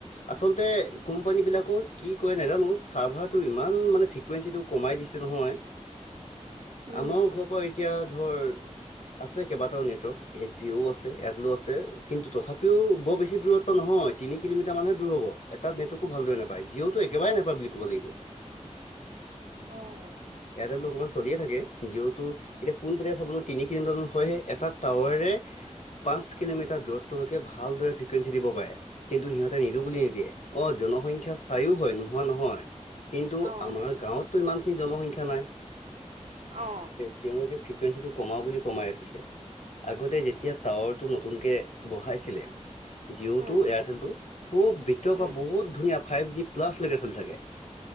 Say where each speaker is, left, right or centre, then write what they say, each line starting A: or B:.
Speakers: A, on the left; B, on the right.
A: আচলতে কোম্পানী বিলাকো কি কয় নাজানো চাৰ্ভাৰটো ইমান মানে ফ্ৰিকুৱেঞ্চি টো কমাই - দিছে নহয়।
B: উম
A: আমাৰ ঘৰৰ পৰা এতিয়া ধৰ আছে কেইবাটাও নেটৱৰ্ক- জিঅ'ও আছে, এয়াৰটেলও আছে কিন্তু তথাপিও বৰ বেছি দূৰত্ব নহয় তিনি কিলোমিটাৰ মানহে দূৰ হ'ব। এটা নেটৱৰ্ককো ভালদৰে নাপায় জিঅ'তো একেবাৰে নাপায় বুলি ক'ব লাগিব।
B: অহ।
A: এয়াৰটেলটো অকণমান চলিয়ে থাকে জিঅ' টো এতিয়া পোনপটীয়া চাবলৈ তিনি কিলমিটাৰমান হয় হে এটা টাৱাৰে- পাঁচ কিলোমিটাৰ দূৰত্বলৈোকে ভালদৰে ফ্ৰিকুৱেঞ্চি দিব পাৰে কিন্তু সিহঁতে নিদিও বুলি নিদিয়ে। অঁ জন- সংখ্যা চায়ো হয় নোহোৱা নহয় কিন্তু
B: অ
A: আমাৰ গাঁৱতটো ইমানখিনি জনসংখ্যা নাই।
B: অ
A: তেওঁলোকে- ফ্ৰিকুৱেঞ্চিটো কমাও বুলি কমাই ৰাখিছে। আগতে যেতিয়া টাৱাৰ টো নতুনকে বহাইছিলে জিঅ'
B: উম
A: টো, এয়াৰটেল টো খুব ভিতৰৰ পৰা
B: উম
A: বহুত ধুনীয়া ফাইভ জি প্লাছ লৈকে চলি থাকে।